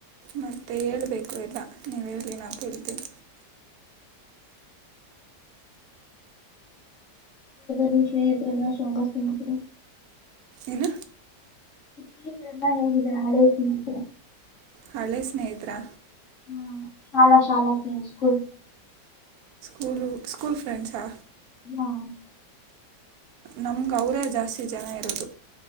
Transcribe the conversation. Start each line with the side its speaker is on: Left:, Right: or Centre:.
Right: ಮತ್ತೆ ಹೇಳ್ಬೇಕು ಎಲ್ಲ ನೀವು ಹೇಳಿ ನಾವ ಕೇಳ್ತೀವಿ
Left: ವಿಷಯ ಇದ್ರೆ ನ ಶಂಗಸ್ <unintelligible>
Right: ಏನ
Left: ನೀವೆಲ್ಲ ಹೇಗಿದ್ದೀರ ಹಳೆಯ ಸ್ನೇಹಿತ್ರ
Right: ಹಳೆ ಸ್ನೇಹಿತ್ರಾ
Left: ಹ್ಮ್ ಶಾಲಾ ಶಾಲಾ ನಿಮ್ ಸ್ಕೂಲ್
Right: ಸ್ಕೂಲ್ ಸ್ಕೂಲ್ ಫ್ರೆಂಡ್ಸಾ
Left: ಹಾ
Right: ನಮ್ಗ ಅವರೇ ಜಾಸ್ತಿ ಜನ ಇರೋದು